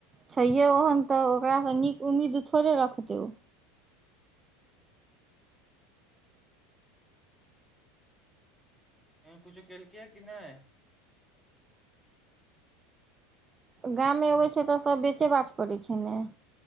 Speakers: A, on the right; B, in the centre.
A: छैहे ओहन तऽ ओकरासँ नीक उम्मीद थोड़े रखतै ओ
B: ओ कुछो केलकैए कि नहि
A: गाममे अबै छै तऽ सभ बेचे बच पड़ैत छै ने